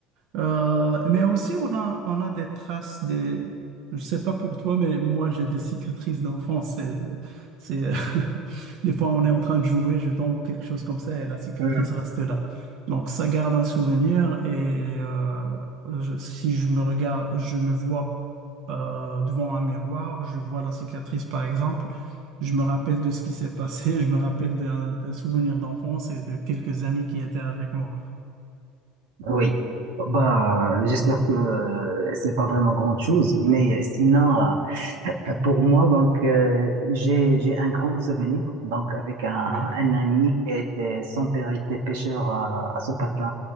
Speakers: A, on the right; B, on the right.
A: Euh, mais aussi, on a, on a des traces des... Je sais pas pour toi, mais moi, j'ai des cicatrices d'enfance. C'est, c'est, euh, <laughs> des fois, on est en train de jouer, je tombe ou quelque chose comme ça, et la cicatrice
B: Hmm.
A: reste là. Donc, ça garde un souvenir. Et euh, je- si je me regarde, je me vois euh, devant un miroir, je vois la cicatrice, par exemple. Je me rappelle de ce qui s'est passé, <laughs> je me rappelle d'un d'un souvenir d'enfance et de quelques amis qui étaient avec moi.
B: Oui, bah, j'espère que euh, c'est pas vraiment grande chose, mais sinon, euh, pour moi, donc, euh, j'ai, j'ai un grand souvenir, donc, avec un,
A: Oui.
B: un ami qui était, son père était pêcheur à, à ce patin,